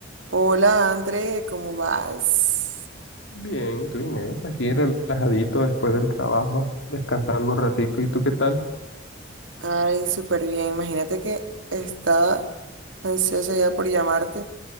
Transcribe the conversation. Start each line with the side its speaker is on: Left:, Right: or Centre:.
Right: Hola André, ¿cómo vas?
Left: Bien, ¿y tú, Inés? Aquí relajadito después del trabajo, descansando un ratico. ¿Y tú qué tal?
Right: Ay, súper bien. Imagínate que estaba ansiosa ya por llamarte